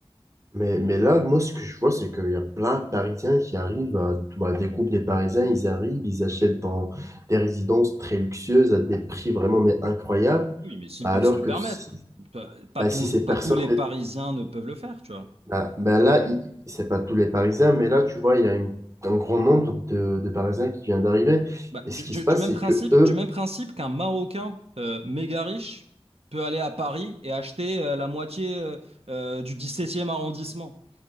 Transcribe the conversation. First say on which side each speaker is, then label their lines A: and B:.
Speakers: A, on the right (about 30°); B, on the right (about 75°).
A: Mais, mais là, moi, ce que je vois, c'est qu'il y a plein de Parisiens qui arrivent à, bah, des groupes des Parisiens, ils arrivent, ils achètent dans des résidences très luxueuses à des prix vraiment mais incroyables,
B: Oui, mais s'ils
A: alors
B: peuvent se le
A: que
B: permettre,
A: si,
B: pas, pas
A: bah,
B: tout-
A: si ces
B: pas
A: personnes,
B: tous les Parisiens
A: n'est-
B: ne peuvent le faire, tu vois.
A: bah, bah là, il- c'est pas tous les Parisiens, mais là, tu vois, il y a une- un grand nombre de, de Parisiens qui viennent d'arriver,
B: Bah,
A: et ce
B: du,
A: qui
B: du-
A: se passe,
B: du même
A: c'est
B: principe,
A: que eux,
B: du même principe qu'un Marocain euh, méga riche peut aller à Paris et acheter euh, la moitié euh, euh, du 17e arrondissement.